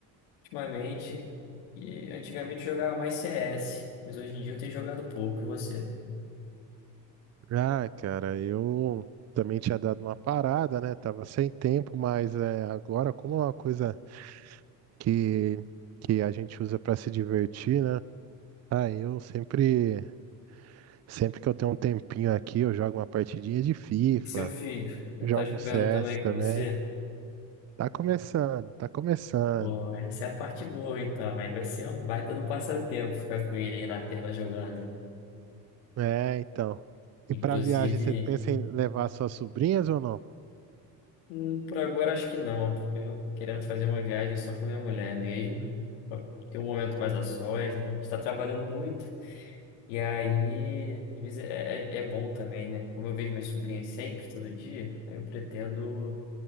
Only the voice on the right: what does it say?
Ah, cara, eu também tinha dado uma parada, né? Tava sem tempo, mas é, agora, como é uma coisa que, que a gente usa pra se divertir, né? Ah, eu sempre, sempre que eu tenho um tempinho aqui, eu jogo uma partidinha de FIFA,
jogo
um CS
também.
Tá começando, tá começando.
É, então. E para
viagem, você pensa em levar suas sobrinhas ou não?